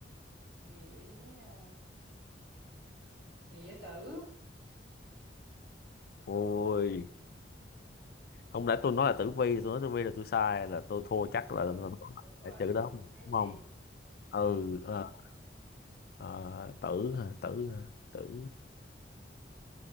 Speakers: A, on the right; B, on the left.
A: nghĩa nghĩa tử
B: ôi không lẽ tôi nói là tử vi tôi nói tử vi là tôi sai là tôi thua
A: đúng
B: chắc là,
A: rồi
B: là, là
A: đúng rồi
B: là chữ đó
A: tử khác
B: đúng
A: đi
B: không ừ
A: ừ.
B: ờ. Ờ, tử hả? tử tử